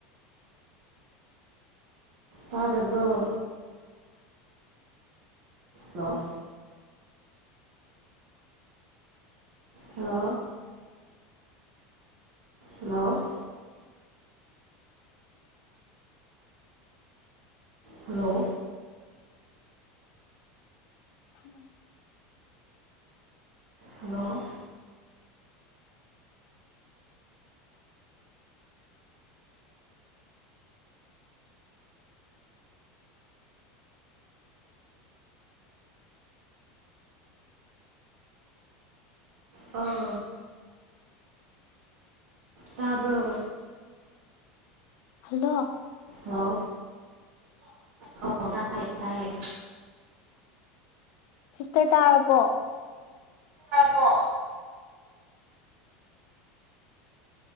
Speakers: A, on the right; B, on the left.
A: ꯇꯥꯗꯕ꯭ꯔꯣ ꯗꯣ ꯍꯣ ꯍꯜꯂꯣ ꯍꯂꯣ
B: ꯎꯝ
A: ꯍꯜꯂꯣ ꯑꯣ ꯇꯥꯕ꯭ꯔꯣ
B: ꯍꯜꯂꯣ
A: ꯍꯜꯂꯣ ꯍꯂꯣ ꯇꯥꯏ ꯇꯥꯏꯌꯦ
B: ꯁꯤꯁꯇꯔ ꯇꯥꯔꯕꯣ
A: ꯄꯣ